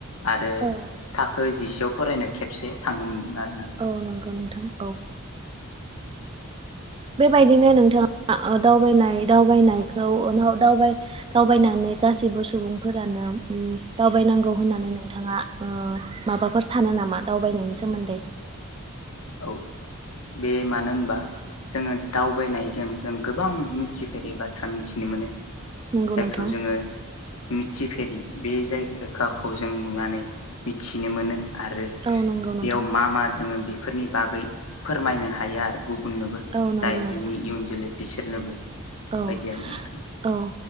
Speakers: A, on the left (about 70°); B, on the right (about 25°).
A: आरो
B: औ
A: थाखो जिसे याव फरायनायाव खेबसे थांनो मोन्दोंमोन आरो
B: औ नंगौ नोंथां औ बेबायदिनो नोंथाङा दावबायनाय दावबायनाय आव दावबाय दावबायनानै गासिबो सुबुंफोरानो दावबायनांगौ होननानै नोंथाङा माबाफोर सानो नामा दावबायनायनि सोमोन्दै
A: औ बे मानो होनबा जोङो दावबायनायजों जों गोबां मिथिफेरै बाथ्रा मिथिनो मोनो
B: नंगौ
A: जायखौ
B: नोंथां
A: जोङो मिथिफेरि बे जायगाखौ जों नुनानै मिथिनो मोनो आरो बेयाव
B: औ नंगौ नोंथां
A: मा मा दोङो बेफोरनि बागै फोरमायनो हायो आरो गुबुननोबो
B: औ नंगौ
A: जाय
B: नोंथां
A: जोंनि इयुन जोलै बिसोरनोबो
B: औ
A: बायदि आरो नोंथां
B: औ